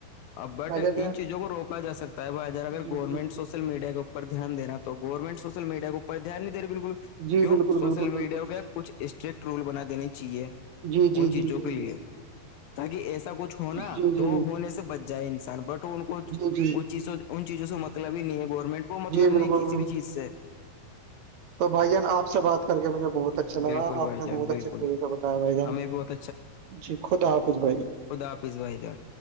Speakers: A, on the left (about 80°); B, on the right (about 65°).
A: ا بٹ
B: بھائی جان یار
A: ان چیزوں کو روکا سکتا ہے بھائی جار اگر
B: جی
A: گورنمنٹ
B: جی
A: سوشل میڈیا کےر دھیان دینا تو گورنمنٹ سوشل میڈیا کو پرپ دھیان نہیں د رہا بالکل
B: جی
A: کیوں
B: بالکل
A: سوشل
B: بالکل
A: میڈیا
B: بالکل
A: کا کچھ اسٹرکٹ رول بنا دیننے چاہیے
B: جی
A: ان
B: جی
A: چیزوں
B: جی جی
A: کے
B: جی
A: لیے تاکہ ایسا کچھ ہونا
B: جی جی
A: تو ہونے سے بچ جائے انسان بٹ ان کو
B: جی جی
A: ان چیز ان چیزوں سے مطلب ہی نہیں ہے گورنمنٹ کو مطلب
B: جی
A: نہیں
B: بالکل
A: ہے
B: بالکل
A: کسی بھی چیز سے
B: تو بھائی جان آپ سے بات کر کے مجھے بہت اچھا
A: بالکل
B: لگا آپ
A: بھائی
B: نے
A: جان
B: بہت
A: بالکل
B: اچھے طریقے بتایا بھائی جان
A: ہمیں بھی بہت
B: جی خود آاپظ بھائی ج
A: خدافظھائی جر